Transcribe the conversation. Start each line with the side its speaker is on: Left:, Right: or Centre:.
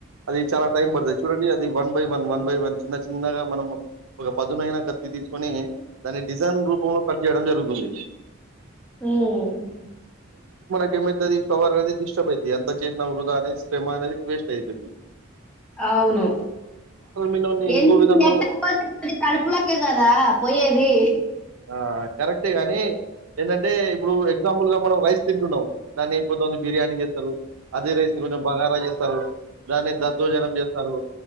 Right: అది చాలా టైం పడుతుది చూడండి అ ఇది one by one one by one చిన్న చిన్నగా మనం ఒక పదునైైన కత్తి తీసుకొని దాన్ని డిజైన్ రూపంలో కట్ చేయడం జరుగుతుంది
Centre: ఉమ్మ్మ్
Right: ఇంకేమైతది ఫ్లవర్ అనేది డిస్టర్బ్ అయితుది అంత చేసిన వృధా అది శ్రమ అనేది వేస్ట్ అవుతుది
Centre: అవును
Right: మిలన్‌ని
Centre: ఎన్ని
Right: ఇంకో విధంగా
Centre: ఎట్టపోతే అది కడుపులోకే కదా పోయేది
Right: ఆ కరెక్టే గాని ఏంటంటే ఇప్పుడు ఎగ్జాంపుల్ గా మనం రైస్ తింటున్నాం దాన్ని కొన్ని బిర్యానీ చేస్తారు అదే రైస్ కొంచెం బగారా చేస్తారు దాన్ని దద్దోజనం చేస్తారు